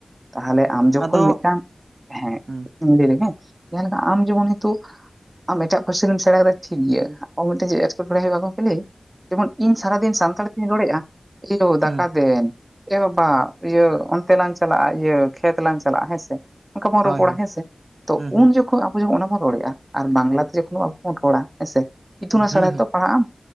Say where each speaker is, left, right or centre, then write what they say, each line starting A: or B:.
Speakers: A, on the right; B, on the right.
A: ᱛᱟᱦᱞᱮ ᱟᱢ ᱡᱚᱠᱷᱚᱱ
B: ᱟᱫᱚ
A: ᱢᱤᱫᱴᱟᱝ ᱦᱮᱸ
B: ᱦᱩᱸ
A: ᱾ ᱤᱧᱤᱧ ᱞᱟᱹᱭ ᱞᱮᱜᱮ ᱦᱮᱸ ᱡᱟᱸᱦᱟ ᱞᱮᱠᱟ ᱟᱢ ᱡᱮᱢᱚᱱ ᱱᱤᱛᱳ᱾ ᱟᱢ ᱮᱴᱟᱜ ᱯᱟᱹᱨᱥᱤ ᱫᱚᱢ ᱥᱮᱬᱟ ᱠᱮᱫᱟ ᱴᱷᱤᱠ ᱜᱮᱭᱟ ᱟᱵᱚ ᱢᱤᱫᱴᱮᱱ ᱮᱴᱠᱮ ᱴᱚᱲᱮ ᱦᱩᱭᱩᱜᱼᱟ <inaudible> ᱡᱮᱢᱚᱱ᱾ ᱤᱧ ᱥᱟᱨᱟᱫᱤᱱ ᱥᱟᱱᱛᱟᱲᱤ ᱛᱤᱧ ᱨᱚᱲᱮᱼᱟ ᱮᱭᱳ
B: ᱦᱩᱸ
A: ᱫᱟᱠᱟ ᱫᱮᱱ᱾ ᱮ ᱵᱟᱵᱟ ᱤᱭᱟᱹ ᱚᱱᱛᱮ ᱞᱟᱝ ᱪᱟᱞᱟᱼᱟ ᱤᱭᱟᱹ ᱠᱷᱮᱛ ᱞᱟᱝ ᱪᱟᱞᱟᱜᱼᱟ ᱦᱮᱸ ᱥᱮ᱾ ᱚᱱᱠᱟ ᱵᱚᱱ
B: ᱦᱳᱭ
A: ᱨᱚᱯᱚᱲᱼᱟ
B: ᱦᱳᱭ
A: ᱦᱮᱸ ᱥᱮ ᱛᱚ
B: ᱦᱩᱸ ᱦᱩᱸ
A: ᱩᱱ ᱡᱚᱠᱷᱚᱱ ᱾ ᱱᱚᱜ ᱚᱭ ᱡᱮᱢᱚᱱ ᱚᱱᱟ ᱵᱚᱱ ᱨᱚᱲᱼᱟ ᱟᱨ ᱵᱟᱝᱞᱟᱛᱮ ᱡᱚᱠᱷᱚᱱ ᱟᱵᱚ ᱵᱚᱱ ᱨᱚᱲᱟ ᱦᱮᱸᱥᱮᱻᱻ ᱤᱛᱩᱱ ᱟᱥᱲᱟ
B: ᱦᱩᱸ
A: ᱨᱮ
B: ᱦᱩᱸ
A: ᱛᱚ ᱯᱟᱲᱦᱟᱜ ᱟᱢ